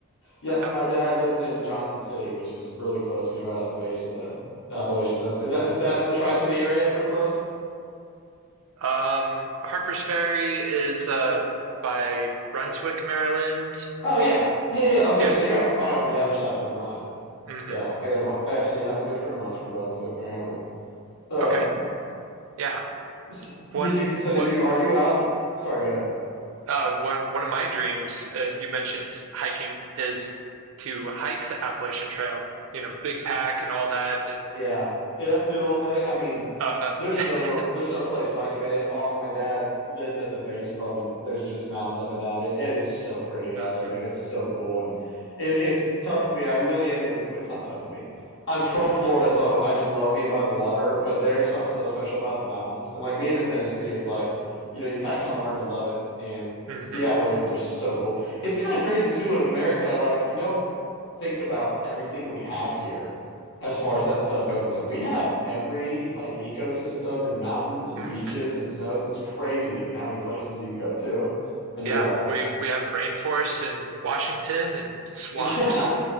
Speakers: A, on the left; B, on the right.
A: Yep,
B: Yeah.
A: my dad lives in Johnson City, which is really close. He's right at the base of the Appalachians. That's is that is that in the Tri City area? Pretty close.
B: Um, Harpers Ferry is uh
A: Yeah.
B: by Brunswick, Maryland.
A: Oh yeah, yeah, yeah. yeah. Okay,
B: Yeah.
A: so you're kind of on the other side. Never mind.
B: hmm
A: Yeah, I got a. I actually have a good friend of mine from Brunswick, Maryland. Um,
B: Okay. Yeah.
A: s-
B: One
A: did you? So did
B: what
A: you? Are you out? In, sorry, go ahead.
B: uh one one of my dreams uh, you mentioned hiking is to hike the Appalachian Trail. You know, Big Pack and all that and
A: Yeah. Yeah, do the whole thing. I mean,
B: uh-huh.
A: there's
B: <laughs>
A: no there's no place like it, man. It's awesome. My dad lives at the base of them, and there's just mountains up and down. It, it is so pretty
B: hmm
A: out there, man. It's so cool, and it, it's tough for me. I really am in between. It's not tough for me. I'm from Florida, so I just love being by the water. But there's something so special about the mountains, and like being in Tennessee, it's like you know you kind of kind of learn to love it, and
B: hmm
A: the Appalachians are so cool. It's kind of crazy too in America. Like you don't think about everything we have here as far as that stuff goes. It's like we have every like ecosystem and mountains and
B: hmm
A: beaches and snows. It's crazy how many places you can go to and
B: yeah,
A: do it all.
B: we
A: <laughs>
B: we have rainforests in Washington and swamps
A: Yeah,